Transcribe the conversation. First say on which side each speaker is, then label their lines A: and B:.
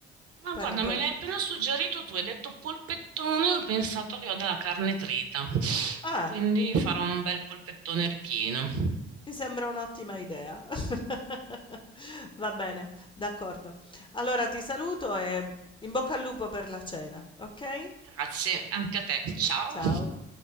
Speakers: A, on the right; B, on the left.
A: Ma
B: per
A: guarda,
B: per
A: me l'hai appena suggerito tu, hai detto polpettone, ho pensato che ho della carne trita,
B: ah.
A: quindi farò un bel polpettone ripieno.
B: Mi sembra un'ottima idea. <laughs> Va bene, d'accordo. Allora ti saluto e in bocca al lupo per la cena, ok?
A: Grazie, anche a te. Ciao.
B: Ciao.